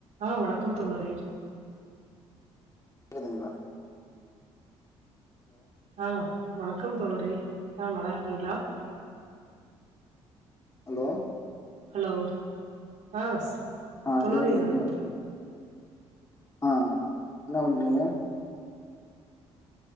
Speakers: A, on the right; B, on the left.
A: ஆஹ் வணக்கம் தோழரே
B: குதுங்ளா
A: ஆஹ் வணக்கம் தோழரே ஆஹ் நல்லார்க்கீங்ளா
B: ஹலோ
A: ஹலோ ஆஸ்
B: ஆ
A: தோழரே
B: கேக்குதுங்களா
A: நான்
B: ஆ என்னா பண்றீங்க